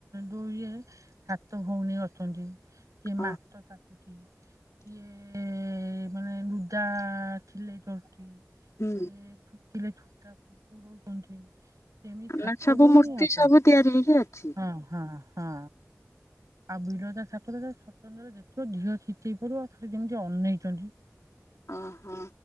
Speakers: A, on the right; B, on the left.
A: ଦୋଉ ଇଏ ସାତ ଭଉଣୀ ଅଛନ୍ତି କିଏ
B: ଓ
A: ମାତ ତାଟୁଛି,। କିଏ ମାନେ ଲୁଦା ସିଲେଇ କରୁଚି,
B: ହୁଁ
A: କିଏ ଛୁଥିଲେ ଛୁତା ପସେଇ ଦୋଉଛନ୍ତି, ସେମିତି
B: ମାନେ
A: ସାତ
B: ସବୁ
A: ଭଉଣୀ
B: ମୂର୍ତ୍ତି
A: ଅଛନ୍ତି।
B: ସବୁ ତିଆରି ହେଇକି ଅଛି।
A: ହଁ ହଁ ହଁ। ଆଉ ବିରଜା ଠାକୁର ତ ସ୍ୱତନ୍ତ୍ର ଦେଖିବ ଦିହ ସିତେଇ ପଡିବ ସତେ ଯେମିତି ଅନେଇଛନ୍ତି।
B: ଅ ହଁ।